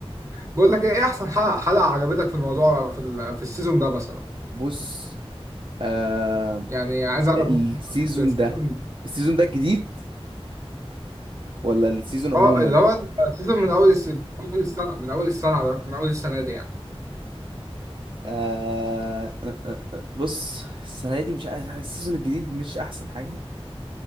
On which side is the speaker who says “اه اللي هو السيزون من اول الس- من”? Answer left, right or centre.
Right